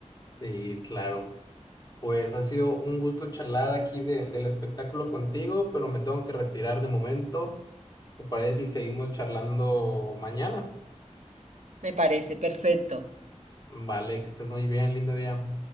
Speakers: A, on the left; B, on the right.
A: Sí, claro. Pues ha sido un gusto charlar aquí de, del espectáculo contigo, pero me tengo que retirar de momento. ¿Te parece si seguimos charlando mañana?
B: Me parece, perfecto.
A: Vale, que estés muy bien, lindo día.